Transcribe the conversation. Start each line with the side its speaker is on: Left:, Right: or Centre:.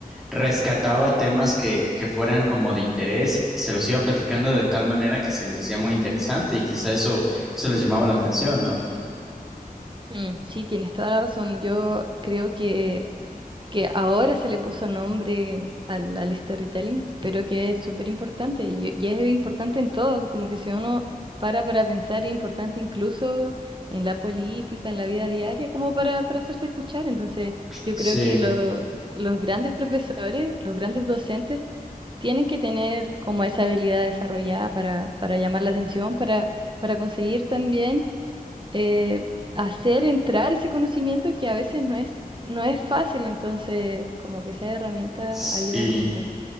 Centre: rescataba temas que, que fueran como de interés y se los iba platicando de tal manera que se les hacía muy interesante y quizá eso, eso les llamaba la atención, ¿no?
Right: Mm, Sí, tienes toda la razón. Yo creo que que ahora se le puso nombre al, al storytelling, pero que es súper importante y, y es importante en todo, como que si uno para para pensar es importante incluso en la política, en la vida diaria, como para, para hacerse escuchar. Entonces, yo
Centre: Sí,
Right: creo que lo- los grandes profesores, los grandes docentes, tienen que tener como esa habilidad desarrollada para, para llamar la atención, para, para conseguir también eh, hacer entrar ese conocimiento que a veces no es, no es fácil, entonces como que esas herramientas
Centre: sí.
Right: ayudan un montón.